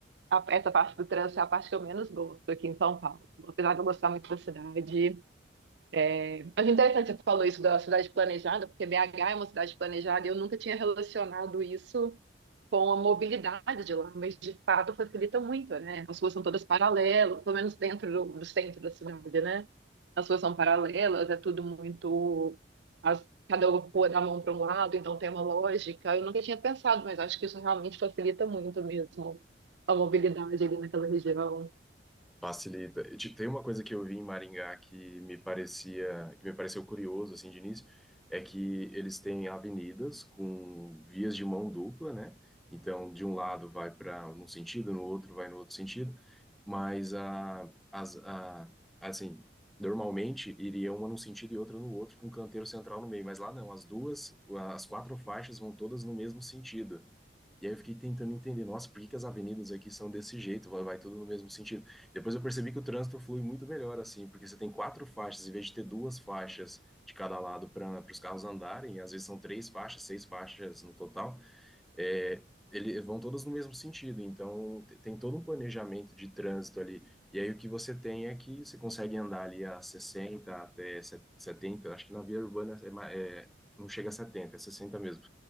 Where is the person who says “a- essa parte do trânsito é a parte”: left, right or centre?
Right